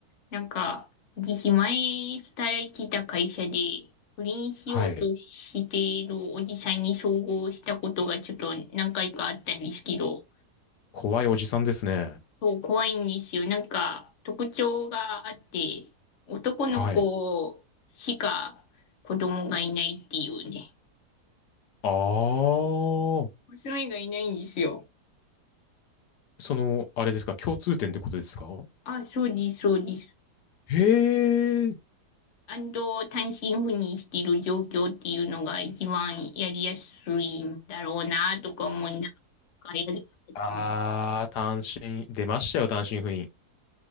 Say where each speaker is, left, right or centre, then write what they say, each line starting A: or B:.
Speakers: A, on the left (about 50°); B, on the left (about 80°).
A: なんか、私前働いてた会社で、不倫しようとしているおじさんに遭遇したことがちょっと何回かあったんですけど、
B: はい。怖いおじさんですね。
A: そう、怖いんですよ。なんか、特徴があって、男の子しか子供がいないっていうね。
B: はい。あー。
A: 娘がいないんですよ。
B: その、あれですか、共通点ってことですか
A: あ、そうです、そうです。
B: へえ。
A: 安藤単身赴任している状況っていうのが一番やりやすいんだろうなとか思いながらやりたいって思ってる。
B: あー、単身、出ましたよ、単身赴任。